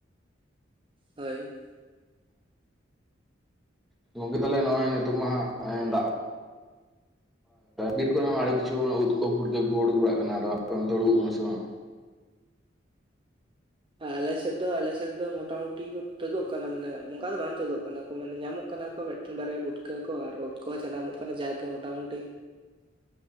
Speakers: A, on the right; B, in the centre.
A: ᱦᱳᱭ
B: ᱦᱮᱸ ᱜᱚᱝᱠᱮ ᱛᱟᱦᱚᱞᱮ ᱱᱚᱜᱼᱚᱭ ᱱᱤᱛᱚᱜ ᱢᱟ ᱦᱟᱸᱜ ᱫᱟᱜ ᱵᱤᱨ ᱠᱚᱨᱮ ᱦᱚᱸ ᱟᱹᱰᱤ ᱠᱤᱪᱷᱩ ᱩᱫ ᱠᱚ ᱯᱩᱴᱠᱟᱹ ᱠᱚ ᱩᱰᱩᱠ ᱵᱟᱲᱟᱜ ᱠᱟᱱᱟ ᱾ᱟᱫᱚ ᱟᱯᱮ ᱚᱱᱛᱮ ᱩᱰᱩᱠᱚᱜ ᱠᱟᱱᱟ ᱥᱮ ᱵᱟᱝ?
A: ᱟᱞᱮ ᱥᱮᱫ ᱫᱚ, ᱟᱞᱮ ᱥᱮᱫ ᱫᱚ ᱢᱚᱴᱟ ᱢᱩᱴᱤ ᱛᱩᱫᱚᱜ ᱠᱟᱱᱟ, ᱢᱟᱱᱮ ᱚᱱᱠᱟ ᱫᱚ ᱵᱟᱝ ᱛᱩᱫᱚᱜ ᱠᱟᱱᱟ, ᱢᱟᱱᱮ ᱧᱟᱢᱚᱜ ᱠᱟᱱᱟ ᱠᱚ ᱢᱤᱫᱴᱟᱝ ᱵᱟᱨᱭᱟ ᱯᱩᱴᱠᱟᱹ ᱠᱚ ᱟᱨ ᱳᱫ ᱠᱚᱦᱚᱸ ᱡᱟᱱᱟᱢᱚᱜ ᱡᱟᱠᱜᱮ ᱢᱚᱴᱟᱢᱩᱴᱤ